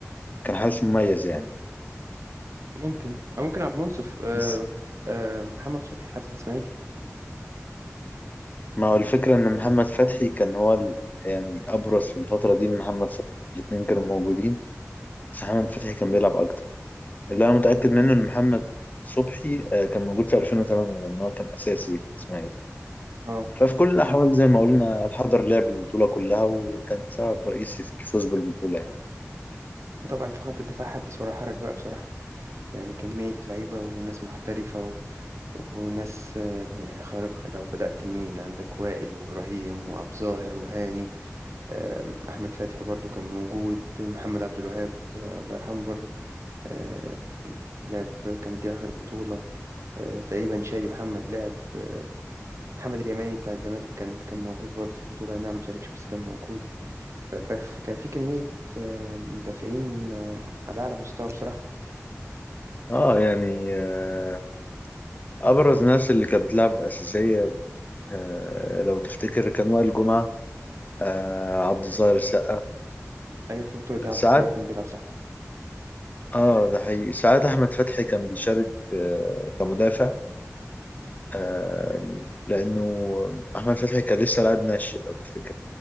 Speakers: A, on the left; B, on the right.
A: كان حارس مميز يعني
B: ممكن أو ممكن عبد المنصف آه
A: بس
B: آه محمد صبحي حارس الإسماعيلي
A: ما هو الفكره ان محمد فتحي كان هو ال- يعني ابرز في الفتره دي من محمد صلاح الاثنين كانوا موجودين بس محمد فتحي كان بيلعب اكتر اللي انا متاكد منه ان محمد صبحي آه، كان موجود في 2008 لان هو كان اساسي في الاسماعيلي
B: اه
A: ففي كل الاحوال زي ما قلنا الحضر لعب البطوله كلها وكان سبب رئيسي في الفوز بالبطوله يعني
B: وطبعا في خط الدفاع حدث ولا حرج بقى بصراحة يعني كمية لعيبة وناس محترفة و... وناس آه، يعني خارقة لو بدأت مين عندك وائل وإبراهيم وأبو ظاهر وهاني آم، أحمد فتحي برضو كان موجود محمد عبد الوهاب آه، الله يرحمه برضو آه، لعب كان دي آخر بطولة آه، تقريبا شادي محمد لعب آه، محمد اليماني بتاع الزمالك كان كان موجود برضو في البطولة أي نعم ما شاركش بس كان موجود ف- ف- كان في كمية آه، مدافعين آه، على أعلى مستوى بصراحة
A: اه يعني آه، ابرز ناس اللي كانت بتلعب اساسيه آه، لو تفتكر كان وائل جمعه آه، عبد الظاهر السقا
B: أيوة في البطولة دي عبد الصغير
A: ساعات
B: كان بيلعب صح
A: اه ده حقيقي ساعات احمد فتحي كان بيشارك آه، كمدافع آه، لانه احمد فتحي كان لسه لاعب ناشئ لو تفتكر